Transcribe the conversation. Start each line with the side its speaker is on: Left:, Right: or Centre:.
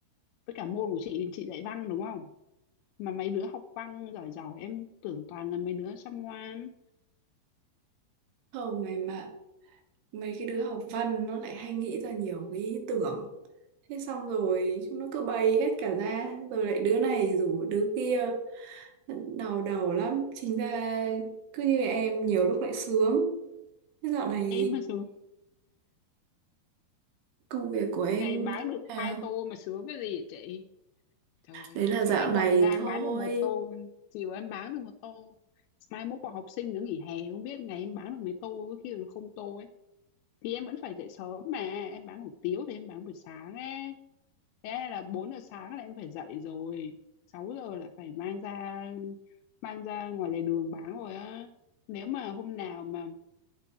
Left: với cả môn của chị chị dạy văn đúng không mà mấy đứa học văn giỏi giỏi em tưởng toàn là mấy đứa chăm ngoan
Right: không ngày mà mấy cái đứa học văn nó lại hay nghĩ ra nhiều cái ý tưởng thế xong rồi chúng nó cứ bày hết cả ra rồi lại đứa này rủ đứa kia đau đầu lắm chính ra cứ như em nhiều lúc lại sướng thế dạo này
Left: em mà xuống
Right: công việc của em
Left: ngày bán
Right: như thế
Left: được
Right: nào
Left: hai tô mà sướng cái gì chị trời
Right: đấy
Left: ơi
Right: là
Left: sáng
Right: dạo
Left: em
Right: này
Left: dọn ra em
Right: thôi
Left: bán được một tô chiều em bán được một tô mai mốt vào học sinh nó nghỉ hè không biết ngày em bán được mấy tô có khi là không tô ấy thì em vẫn phải dậy sớm mà em bán hủ tiếu thì em bán buổi sáng ấy thế là 4 giờ sáng là em phải dậy rồi 6 giờ là phải mang ra mang ra ngoài lề đường bán rồi á nếu mà hôm nào mà